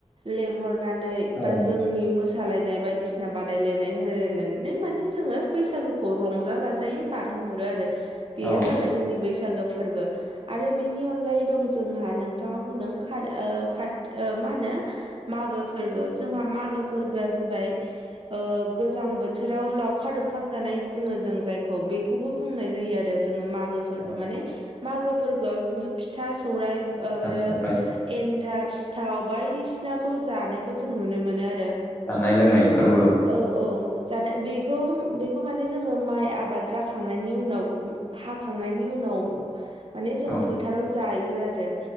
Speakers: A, on the right; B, on the left.
A: लेंहरनानै
B: औ
A: बा जों नि मोसालायनाय बायदिसिना बायदिसिना बादायलायनाय होलायलायनानै माने जोङो बैसागोखौ रंजा बाजायै बारहोहरो आरो बेयो
B: औ
A: जाबाय जोंनि बैसागो फोरबो आरो बेनि अनगायै दं जोंहा नोंथांङा बुंदों खाथि मा होनो मागो फोरबो जोंहा मागो फोरबोया जाबाय ओ गोजां बोथोराव लावखार ओंखाम जानाय बुंङो जों जायखौ बेखौबो बुंनाय जायो आरो जोंङो मा बेफोरबो
B: औ
A: माने मागो फोरबोआव जोंङो फिथा सौराइ <unintelligible>
B: फिथा
A: आरो
B: सावराय
A: एन्थाब सिथाव बायदिसिनाखौ जानायखौ जों नुनो मोनो आरो
B: जानाय लोंनाय फोरबो
A: औ औ जानाय बेखौ बेखौ माने जोंङो माइ आबाद जाखांनायनि उनाव हाखांनायनि उनाव माने जों
B: औ
A: फोथाराव जायो आरो